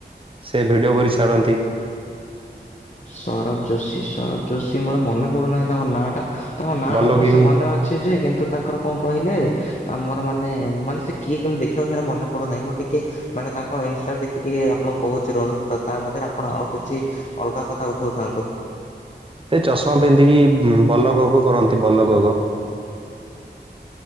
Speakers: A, on the right; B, on the left.
A: ସେ ଭିଡିଓ କରି ଛାଡନ୍ତି।
B: ସୌରଭ ଯୋଶୀ ସୌରଭ ଯୋଶୀ ମୋର ମନେ ପଡୁନାହିଁ ତାଙ୍କ ନାଁଟା ତାଙ୍କ ନାଁଟା
A: ବଲଗିଂ
B: ଅବଶ୍ୟ ମନେ ଅ ଛି ଯେ କିନ୍ତୁ ତାଙ୍କର କଣ କହିଲେ ଆ ମୋର ମାନେ ମାନେ ସେ କିଏ କେମତି ଦେଖିବାକୁ ସେଇଟା ମନେ ପଡୁନାହିଁ ମୁଁ ଟିକେ ମାନେ ତାଙ୍କ ଇନଷ୍ଟା ଦେଖିକି ଆପଣଙ୍କୁ କୋହୁଚି ରୁହନ୍ତୁ ତ ତା ମଧ୍ୟରେ ଆପଣ ଆଉ କିଛି ଅଲଗା କଥା ଉଠୋଉଥାନ୍ତୁ।
A: ସେ ଚଷମା ପିନ୍ଧିକି ଉଁ ବଲଗଗ କରନ୍ତି ବଲଗଗ।